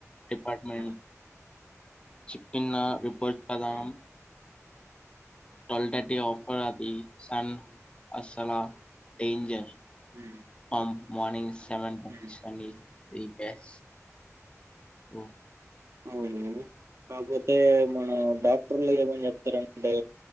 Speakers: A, on the left; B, on the right.
A: డిపార్ట్మెంట్
B: ఆ!
A: చిక్కిన్న పోషక దానం
B: ఆ!
A: ట్వెల్ థర్టీ ఆఫర్ అది సన్ అస్సలా డేంజర్
B: హ్మ్.
A: అమ్ మార్నింగ్స్ సెవెన్ థర్టీ
B: హ్మ్.
A: <unintelligible> ది బెస్ట్ సో
B: అవును కాపోతే మన డాక్టర్లు ఏమని చెప్తారంటే